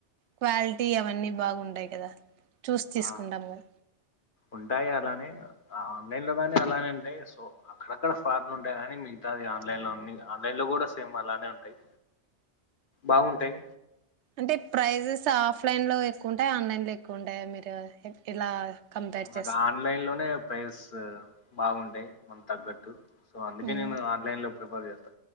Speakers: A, on the right; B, on the left.
A: క్వాలిటీ అవన్నీ బాగుంటాయి కదా చూసి తీసుకుంటాము
B: ఆ
A: గా
B: ఉంటాయి అలానే ఆన్లైన్ లొ గాని అలానే ఉంటాయి సో అక్కడక్కడ ఫ్రాడ్లు ఉంటాయి కానీ మిగతావి అన్ని ఆన్లైన్ లొ అన్ని ఆన్లైన్ లొ కూడా సేమ్ అలానె ఉంటాయి బాగుంటాయి
A: అంటే ప్రైజెస్ ఆఫ్ ఆఫలైన్లో ఎక్కువ ఉంటాయ ఆన్లన్లో ఎక్కువ ఉంటాయ మీరు ఇలా కంపేర్
B: నాకు
A: చేస్తారు
B: ఆన్లైన్ లోనె ప్రైస్ బాగుంట టాయి తగ్గట్టు సో అందుకే
A: మ్మ్.
B: నేను ఆన్లైన్ లో ప్రిఫర్ చేస్తా